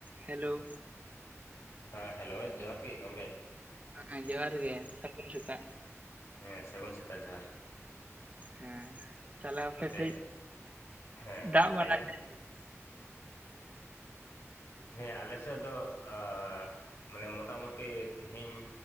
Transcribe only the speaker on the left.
ᱦᱚᱸ ᱦᱮᱞᱳ ᱡᱚᱦᱟᱨ ᱜᱤ ᱜᱚᱢᱠᱮ ᱾
ᱦᱮᱸ ᱥᱟᱹᱜᱩᱱ ᱥᱮᱛᱟᱜ ᱡᱚᱦᱟᱨ ᱾
ᱛᱚᱵᱮ ᱦᱮᱸ
ᱞᱟᱹᱭ ᱵᱮᱱ
ᱦᱮᱸ ᱟᱞᱮ ᱥᱮᱫ ᱫᱚ ᱟᱸᱻ ᱢᱟᱱᱮ ᱢᱚᱴᱟ ᱢᱩᱴᱤ ᱛᱤᱦᱤᱧ